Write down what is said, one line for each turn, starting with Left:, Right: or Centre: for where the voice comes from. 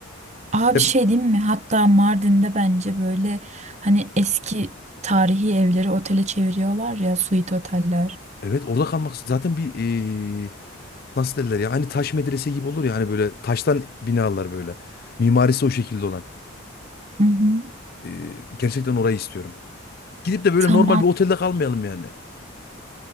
Right: Aa
Left: Ya,
Right: bir şey diyeyim mi? Hatta Mardin'de bence böyle hani eski tarihi evleri otele çeviriyorlar ya, suite oteller.
Left: evet orada kalmak zaten bir e, nasıl derler ya hani taş medrese gibi olur ya hani böyle taştan binalar böyle. Mimarisi o şekilde olan.
Right: Hı hı.
Left: Ee, gerçekten orayı istiyorum. Gidip de böyle
Right: Tamam.
Left: normal bir otelde kalmayalım yani.